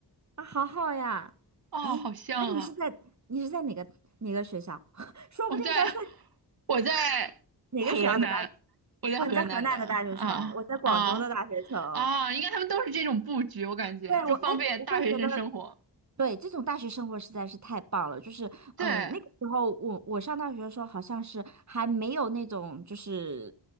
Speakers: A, on the right; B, on the right.
A: 啊，好好呀。
B: 啊，
A: 哎，
B: 好像啊。
A: 那你是在你是在哪个哪个学校？<laughs> 说不定在是
B: 我在我在河南，
A: 哪个学校的大？
B: 我在河南的啊啊
A: 哦，你在河南的大学城，我在广州的大学城。
B: 啊！应该他们都是这种布局，我感觉就方便大学生生活。
A: 对，我，哎，我会觉得对，这种大学生活实在是太棒了。就是，
B: 对，
A: 嗯、那个时候我我上大学的时候，好像是还没有那种，就是